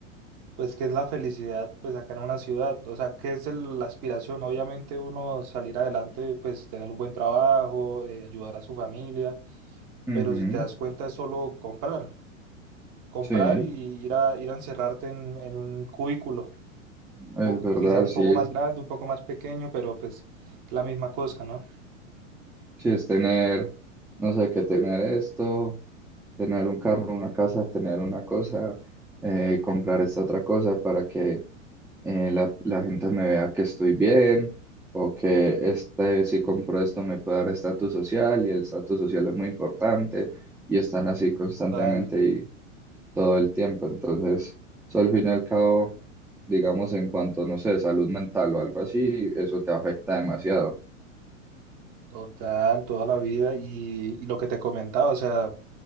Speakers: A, on the right (about 40°); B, in the centre.
A: pues qué es la felicidad, pues acá en una ciudad, o sea, qué es el- la aspiración, obviamente uno salir adelante, pues tener un buen trabajo, eh, ayudar a su familia,
B: Ujú,
A: pero si te das cuenta es solo comprar, comprar
B: Sí, es
A: y ir a, ir a encerrarte en, en un cubículo,
B: verdad,
A: po- quizá un
B: sí.
A: poco más grande, un poco más pequeño, pero pues la misma cosa, ¿no?
B: Sí, es tener, no sé, que tener esto, tener un carro, una casa, tener una cosa, eh, comprar esta otra cosa para que eh, la, la gente me vea que estoy bien o que este, si compro esto me puede dar estatus social y el estatus social es muy importante y están así constantemente
A: Total,
B: y todo el tiempo. Entonces, eso al fin y al cabo, digamos, en cuanto, no sé, salud mental o algo así, eso te afecta demasiado.
A: total, toda la vida y, y lo que te comentaba, o sea,